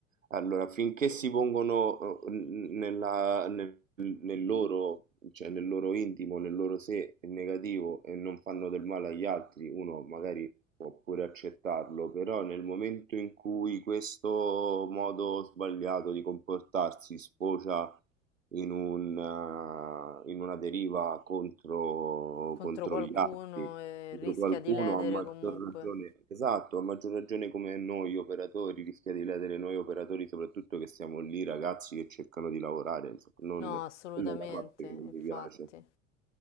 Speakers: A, on the right; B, on the left.
A: Allora, finché si pongono eh, n- nella- nel, nel loro, cioè nel loro intimo, nel loro sé negativo e non fanno del male agli altri, uno magari Può pure accettarlo, però nel momento in cui questo modo sbagliato di comportarsi sfocia in un, eh, in una deriva contro,
B: contro
A: contro
B: qualcuno
A: gli altri,
B: e
A: contro
B: rischia
A: qualcuno,
B: di ledere
A: a maggior
B: comunque.
A: ragione, esatto, a maggior ragione come noi operatori, rischia di ledere noi operatori, soprattutto che siamo lì ragazzi che cercano di lavorare, insomma, non,
B: No, assolutamente,
A: quella è la parte che non
B: infatti.
A: mi piace.